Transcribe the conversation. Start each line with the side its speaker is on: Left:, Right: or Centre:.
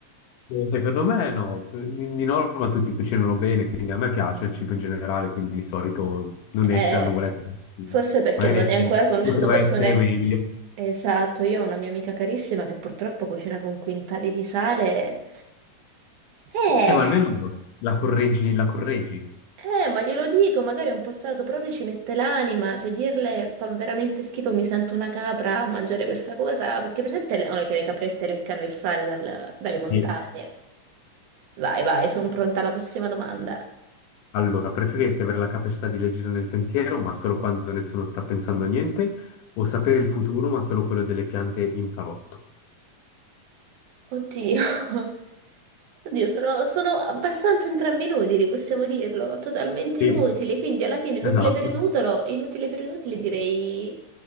Left: Eh, Secondo me no, P- di, di norma tutti cucinano bene, quindi a me piace il cibo in generale, quindi di solito non
Right: Eh,
Left: esce la nuvoletta.
Right: forse perché
Left: Magari
Right: non
Left: esce,
Right: hai ancora conosciuto
Left: poteva
Right: persone.
Left: essere meglio.
Right: Esatto, io ho una mia amica carissima che purtroppo cucina con quintali di sale. Eh.
Left: Eh, ma almeno la correggi, la correggi.
Right: Eh, ma glielo dico, magari è un po' salato, però lei ci mette l'anima, cioè dirle fa veramente schifo, mi sento una capra a mangiare questa cosa, perché presente le, non è che le caprette leccano il sale dal- dalle montagne.
Left: Sì.
Right: Vai, vai, sono pronta alla prossima domanda.
Left: Allora, preferiresti avere la capacità di leggere nel pensiero, ma solo quando nessuno sta pensando a niente, o sapere il futuro, ma solo quello delle piante in salotto?
Right: Oddio, <laughs> oddio, sono, sono abbastanza entrambi inutili, possiamo dirlo, totalmente
Left: Sì,
Right: inutili, quindi alla fine inutile
Left: esatto.
Right: per inutile, inutile per inutile direi